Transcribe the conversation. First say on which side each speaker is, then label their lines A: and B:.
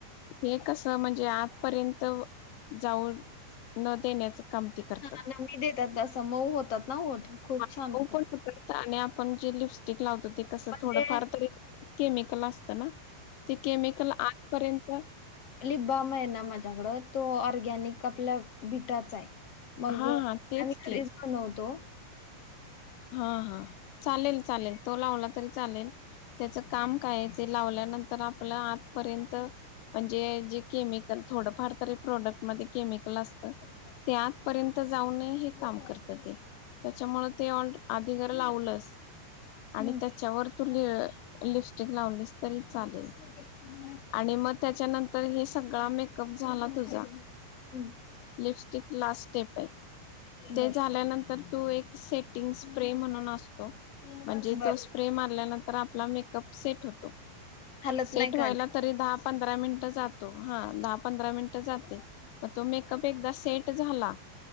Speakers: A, on the left (about 85°); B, on the left (about 50°).
A: हे कस म्हणजे आतपर्यंत जाऊ न देण्याच कमती करतात
B: हा नमी देतात असं मऊ होतात ना ठ खूप
A: हो
B: छान होतात
A: पण आणि आपण जे लिपस्टिक लावतो ते कसं
B: म्हणजे
A: थोडंफार तरी केमिकल असत ना ते केमिकल आजपर्यंत
B: लिबाम आहे ना माझ्याकडं तो ऑर्गॅनिक आपल्या बिटाचा आहे मग
A: हा हा तेच
B: आणि
A: की
B: इजमा नव्हतो
A: हा हा चालेल चालेल तो लावला तरी चालेल त्याच काम काय आहे ते लावल्यानंतर आपलं आतपर्यंत म्हणजे जे केमिकल थोडंफार तरी प्रोडक्ट मध्ये केमिकल असतं. ते आतपर्यंत जाऊनय हे काम करत ते त्याच्यामुळे ते ऑ आधी घर लावलं आणि
B: हम्म
A: त्या त्याच्यावर तू ल लिपस्टिक लावलीस तरी चालेल. आणि मग त्याच्यानंतर हे सगळा मेकअप झाला तुझा
B: हम्
A: लिपस्टिक लास् सेप आहे ते
B: बर
A: झाल्यानंतर तू एक सेट िंग स्प्रे म्हणून असतो म्हणजे
B: बर
A: तो स्प्रे मारल्यानंतर आपला मेकअप सेट होतो.
B: हलत
A: सेट
B: नाही काय
A: व्हायला
B: नाही
A: तरी दहा पंधरा मिनिट जातो हा दहा पंधरा मिनिट जाते. मग तो मेकअप एकदा सेट झाला.